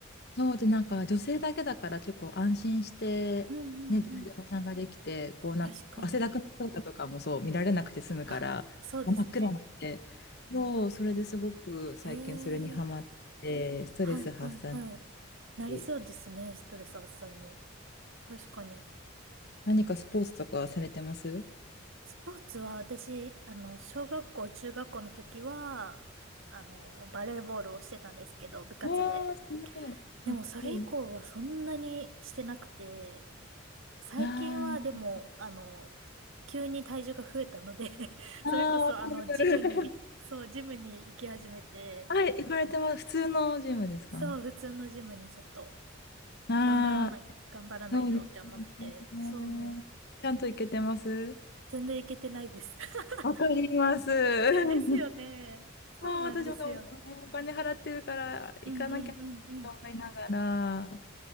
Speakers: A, on the left (about 50°); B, on the right (about 70°).
A: そうで、なんか女性だけだから結構安心して、
B: うんうんうん。
A: ね、誰でも参加できて、こうなんかこう汗だくの姿とかもそう見られなくて済むから、
B: 確かに。あ、そうですね。
A: 真っ暗なんで、そう、それですごく最近それにハマって、
B: へえ。
A: ストレス発散
B: はいはいはい。なりそうですね、
A: に、
B: ストレス発散に。確かに。
A: 何かスポーツとかされてます
B: スポーツは私、あの、小学校、中学校の時は、あの、バレーボールをしてたんですけど、部活で。
A: わあ、すごい。かっこいい。
B: でもそれ以降はそんなにしてなくて、最近はでも、
A: あー
B: あの、急に体重が増えたので <laughs>
A: あー、
B: それこそあの、
A: わかる。
B: ジムに、
A: <laughs>
B: そう、ジムに行き始めて、
A: はい、行かれてます。普通のジムですか
B: そう、普通のジムにちょっと、
A: ああー、
B: 頑張らない、頑張らないとって思って、
A: そうですね。
B: そう、
A: ちゃんと行けてます
B: 全然行けてないです <laughs>
A: わかります。<laughs>
B: え、ですよね。そうなんですよ。
A: もう私もお金払ってるから行かなきゃと思いながら、
B: うんうんうんうん。